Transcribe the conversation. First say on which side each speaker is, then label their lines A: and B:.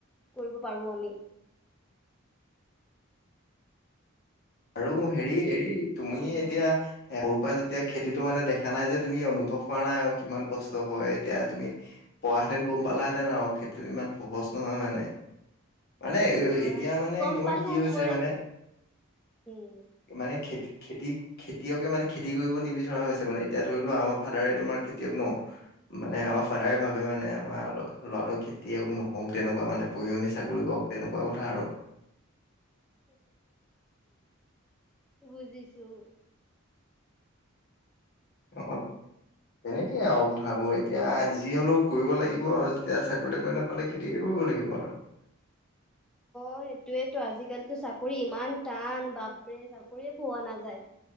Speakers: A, in the centre; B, on the left.
A: কৰিব পাৰো আমি।
B: আৰু হেৰি এই তুমি
A: হয়
B: এতিয়া
A: হয়
B: সৰুৰ পৰা যেতিয়া খেতিতো মানে দেখা নাই যে তুমি অনুভৱ কৰা নাই আৰু কিমান কষ্ট হয়, এতিয়া তুমি পৰা হেঁতেন গম পালাহেঁতেন আৰু খেতিটো ইমান সহজ নহয় মানে। মানে
A: অ
B: এতিয়া
A: এইটোতো
B: মানে
A: গম
B: তোমাৰ
A: পালো
B: কি হৈছে
A: মই
B: মানে
A: উম'।
B: মানে খেত-খেতি খেতিয়কে মানে খেতি কৰিব নিবিচৰা হৈছে মানে এতিয়া ধৰি লোৱা আমাৰ ফাদাৰে তোমাৰ খেতিয়ক ন'। মানে আমাৰ ফাদাৰে
A: উম
B: ভাবে মানে আমাৰ ল'ৰা ল'ৰাটো খেতিয়ক নকওঁক, তেনেকুৱা মানে পঢ়ি শুনি চাকৰি কৰক তেনেকুৱা কথা আৰু।
A: বুজিছোঁ।
B: অ' তেনেকেই আৰু কথাবোৰ। এতিয়া যি হ'লেও কৰিব লাগিব, যেতিয়া চাকৰি তাকৰি না পালে খেতিকে কৰিব লাগিব আৰু। <inaudible>
A: অ' সেইটোৱেতো, আজিকালিতো চাকৰি ইমান টান, বাপৰে চাকৰিয়ে পোৱা নাযায়।